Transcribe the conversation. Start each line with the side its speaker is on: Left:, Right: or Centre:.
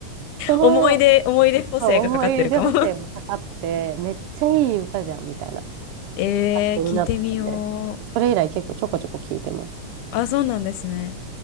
Right: その
Left: 思い出、思い出補正がかかってるかも
Right: そう思い入れ補正もかかって、めっちゃいい歌じゃんみたいな、
Left: <laughs> えー、
Right: になって、
Left: 聞いてみよう。
Right: それ以来結構ちょこちょこ聞いてます。
Left: あ、そうなんですね。